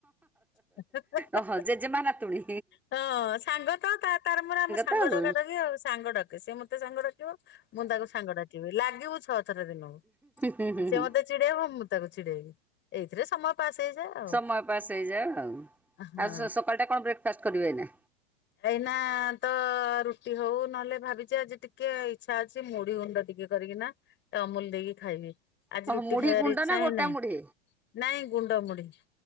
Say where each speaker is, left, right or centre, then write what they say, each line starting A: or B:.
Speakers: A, on the left; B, in the centre.
A: <unintelligible>
B: ଓହୋ ଜେଜେମା ନାତୁଣୀ
A: ହଁ ସାଙ୍ଗ ତ ତା ତାର ମୋର <unintelligible> ଆମ ସାଙ୍ଗ
B: ତ ଆଉ।
A: ଡ଼କାଡ଼କି ଆଉ ସାଙ୍ଗଡାକେ ସେ ମତେ ସାଙ୍ଗ ଡାକିବ ମୁଁ ତାକୁ ସାଙ୍ଗ ଡାକିବି ଲାଗିବୁ ଛଅ <unintelligible> ଦିନକୁ
B: ହୁଁ ହୁଁ
A: ସେ
B: ହୁଁ
A: ମତେ ଚିଡେଇବ ମୁଁ ତାକୁ ଚିଡେଇବି ଏଇଥିରେ ସମୟ ପାସ୍ ହେଇଯାଏ ଆଉ
B: ସମୟ ପାସ୍ ହେଇଯାଏ ଆଉ
A: ହଁ
B: ଆଉ ସକାଳଟା କଣ ବ୍ରେକଫାଷ୍ଟ୍ କରିବେ ଏଇନା?
A: ଏଇନା ତ ରୁଟି ହଉ ନହେଲେ ଭାବିଛି ଆଜି ଟିକେ ଇଚ୍ଛା ଅଛି ମୁଢ଼ି ଗୁଣ୍ଡ ଟିକେ କରିକି ନା ଅମୁଲୁ ଦେଇକି ଖାଇବି। ଆଜି
B: ଓହୋ
A: ରୁଟି
B: ମୁଢି
A: ଖାଇବାର
B: ଗୁଣ୍ଡ
A: ଇଚ୍ଛା
B: ନା
A: ହିଁ
B: ଗୋଟା
A: ନାହିଁ
B: ମୁଢି?
A: ନାଇଁ ଗୁଣ୍ଡ ମୁୁଢି଼।